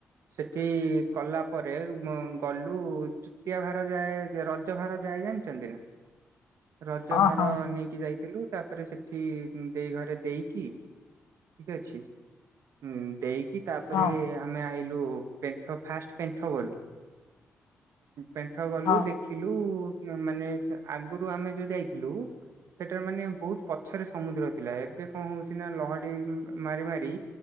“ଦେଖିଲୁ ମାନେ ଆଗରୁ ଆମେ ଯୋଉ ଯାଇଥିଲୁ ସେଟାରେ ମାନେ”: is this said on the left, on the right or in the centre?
Right